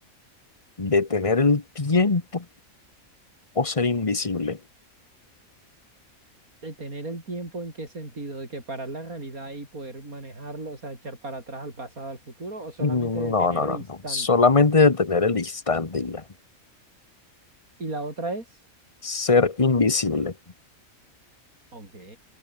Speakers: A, on the left; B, on the right.
A: ¿Detener el tiempo o ser invisible?
B: detener el tiempo en qué sentido, de que parar la realidad y poder manejarlo, o sea, echar para atrás al pasado, al futuro, o solamente
A: Mm,
B: detener
A: No, no,
B: el
A: no,
B: instante.
A: no. Solamente detener el instante y ya.
B: Y la otra es,
A: Ser invisible.
B: ok.